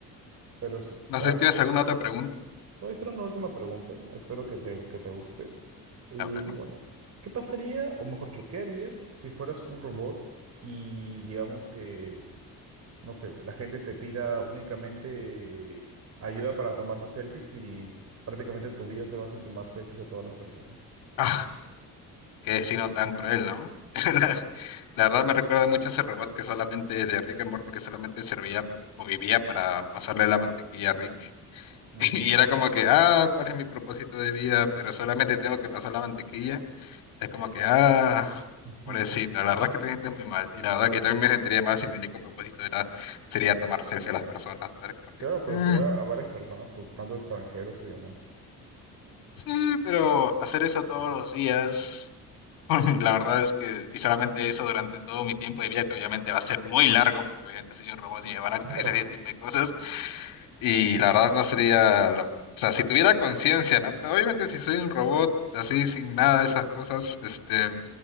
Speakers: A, on the right (about 45°); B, on the left (about 85°).
A: Pero sí,
B: No
A: a-
B: sé si
A: te
B: tienes alguna otra pregunta.
A: voy a hacer una última pregunta, espero que te, que te guste. Y
B: A ver,
A: bueno, ¿qué pasaría, o mejor, choquearía si fueras un robot y digamos que no sé, la gente te pida únicamente ayuda para tomarse selfies y prácticamente tu vida se basa en tomar selfies de todas las personas.
B: ¿no? Qué destino tan cruel, ¿no? <laughs> La, la verdad me recuerda mucho a ese robot que solamente de Rick and Morty que solamente servía o vivía para pasarle la mantequilla a Rick.
A: Ujú.
B: <laughs> Y era como que, ah, ¿cuál es mi propósito de vida? Pero solamente tengo que pasar la mantequilla. Es como que, ah,
A: Ujú.
B: pobrecito,
A: <laughs>
B: la verdad es que te sientes muy mal. Y la verdad que yo también me sentiría mal si mi único propósito era, sería tomar selfie a las personas. ¿no? Era como que,
A: Claro, pero
B: "Mm,
A: será a varias personas, tanto extranjeros y demás. <laughs>
B: sí, pero hacer eso todos los días. <laughs> La verdad es que, y solamente eso durante todo mi tiempo de vida, que obviamente va a ser muy largo, porque obviamente soy un robot y me van a actualizar
A: Claro.
B: ese tipo de cosas, y la verdad no sería, lo- o sea, si tuviera conciencia, ¿no? Pero obviamente si soy un robot así, sin nada de esas cosas, este,